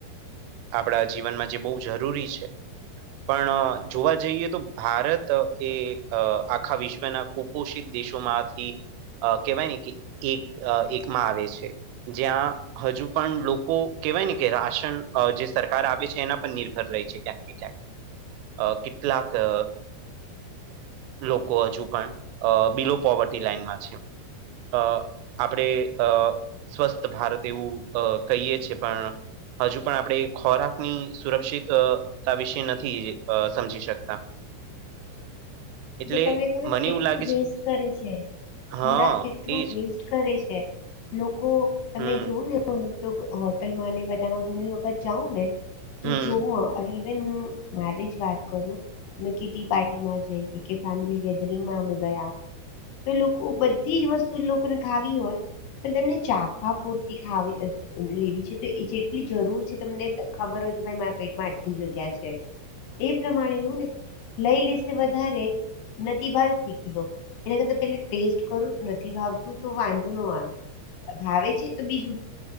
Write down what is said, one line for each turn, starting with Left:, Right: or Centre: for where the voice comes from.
Right: આપણા જીવનમાં જે બહુ જરૂરી છે. પણ જોવા જઈએ તો, ભારત એ આખા વિશ્વના ખૂબ પોષિત દેશોમાંથી અ કહેવાય ને કે એક એકમાં આવે છે. જ્યાં હજુ પણ લોકો કેહેવાય ને કે રાશન જે સરકાર આપે છે. એના પર નિર્ભર રહી છે, ક્યા અ કેટલાક અ લોકો હજુ પણ બિલો પોવર્ટી લાાઈનમા છે. અ આપણેે અ સ્વસ્થ ભારત એવું અ કહીએ છે, પણ હજુ પણ આપણે ખોરાકની સુરક્ષિત આ વિષય નથી સમજી શકતા એટલે
Left: અને તમને ખબર
Right: મને
Left: છે? કેટલું
Right: એવું લાગે
Left: વેસ્ટ
Right: છે કે
Left: કરે છે.
Right: હા
Left: ખોરાક કેટલું
Right: એજ
Left: વેસ્ટ કરે છે. લોકો તમે
Right: હમ
Left: જોવુ ને તો હોટલ માં બધા ઘણી વખત જાઉં ને, તો
Right: હમ
Left: જોવુ ઇવેન હુમારે જ વાત કરુ, મે કે ટી પાર્ટીમાં જઈ કે કે ફેમિલી ગેધરિંગમાં અમે ગયા તો, લોકો બધી જ વસ્તુ લોકોને ખાવી હોય. તમને ચાખવા પૂરતી ખાવી લેવી છે તો, એ જેટલી જરૂર છે તમને ખબર હોય કે ભાઈ મારા પેટમાં આટલી જગ્યા છે. એ પ્રમાણે લું ને લઈ લેશે વધારે નથી ભાવ ફેકી દો. એના કરતા પેલે ટેસ્ટ કરુ નથી ભાવતું તો વાંધો ન આવે ભાવે છે તો, બીજું.